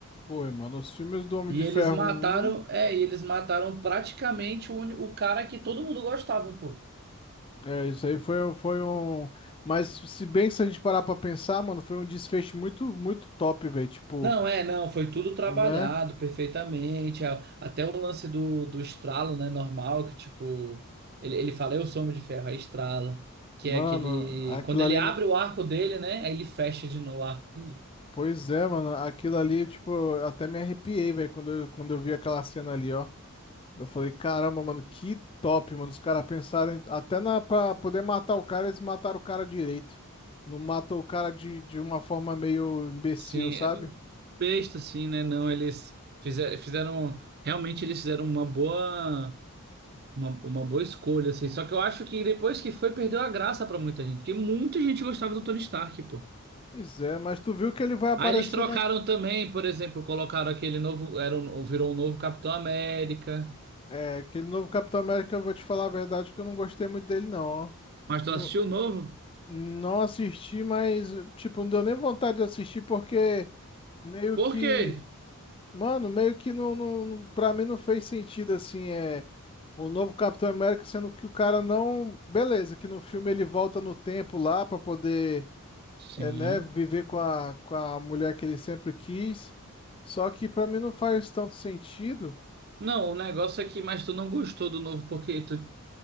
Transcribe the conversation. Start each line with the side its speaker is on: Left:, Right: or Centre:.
Left: Foi, mano. Os filmes do Homem
Right: E
Left: de
Right: eles
Left: Ferro
Right: mataram,
Left: um,
Right: é, e eles mataram praticamente o, uni- o cara que todo mundo gostava, pô.
Left: É, isso aí foi, foi um. Mas se bem que se a gente parar pra pensar, mano, foi um desfecho muito, muito top, velho. Tipo,
Right: Não, é, não, foi tudo trabalhado
Left: né?
Right: perfeitamente. a- Até o lance do, do estralo, né, normal, que tipo, ele, ele fala, eu sou homem de ferro, aí estrala. Que
Left: Mano,
Right: é aquele.
Left: aquilo
Right: Quando ele
Left: ali.
Right: abre o arco dele, né? Aí ele fecha de novo o arco dele.
Left: Pois é, mano. Aquilo ali, tipo, eu até me arrepiei, velho, quando eu, quando eu vi aquela cena ali, ó. Eu falei, caramba, mano, que top, mano. Os caras pensaram em- até na, pra poder matar o cara, eles mataram o cara direito. Não matou o cara de, de uma forma meio imbecil,
Right: Sim,
Left: sabe?
Right: é besta, assim, né? Não, eles fizeram, fizeram. Realmente eles fizeram uma boa. Uma, uma boa escolha, assim. Só que eu acho que depois que foi, perdeu a graça pra muita gente. Porque muita gente gostava do Tony Stark, pô.
Left: Pois é, mas tu viu que ele vai aparecer
Right: Aí eles trocaram
Left: na.
Right: também, por exemplo, colocaram aquele novo, era um- virou um novo Capitão América.
Left: É, aquele novo Capitão América, eu vou te falar a verdade que eu não gostei muito dele, não. ó.
Right: Mas tu
Left: Não,
Right: assistiu o novo?
Left: não assisti, mas, tipo, não deu nem vontade de assistir, porque meio
Right: Por
Left: que.
Right: quê?
Left: Mano, meio que não, não, não- pra mim não fez sentido, assim, é. O novo Capitão América, sendo que o cara não. Beleza, que no filme ele volta no tempo lá pra poder,
Right: Sim.
Left: é, né, viver com a, com a mulher que ele sempre quis. Só que pra mim não faz tanto sentido.
Right: Não, o negócio é que, mas tu não gostou do novo porque tu,